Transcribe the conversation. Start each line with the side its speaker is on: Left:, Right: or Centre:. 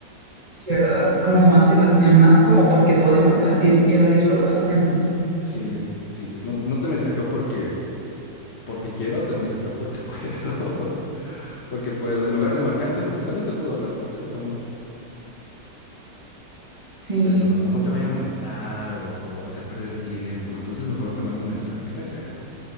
Right: Sí, ¿verdad? Es como más evasión, más como porque podemos evadir, evadirlo, lo hacemos.
Left: Sí, sí, no, no te mensajeo porque, porque quiero, te mensajeo porque <laughs> puedo, porque puedo, en lugar de marcarte, porque también te puedo hablar por teléfono,
Right: Sí,
Left: pero no, no, no te vaya a molestar o, o hacer perder el tiempo, entonces mejor te mando un mensaje, no es cierto.